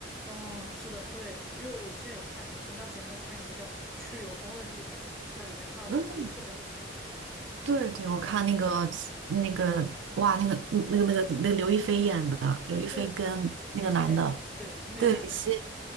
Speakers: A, in the centre; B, on the right (about 75°).
A: 哦，是的，对，因为我之前有看，前段时间在看一个叫《去有风的地方》，它里面唱的那个就特别好听。
B: 嗯。对对，我看那个那个哇，那个那个那个那个刘亦菲演的，刘亦菲跟那个男的，
A: 对，李现，对，那个男的。
B: 对，李现，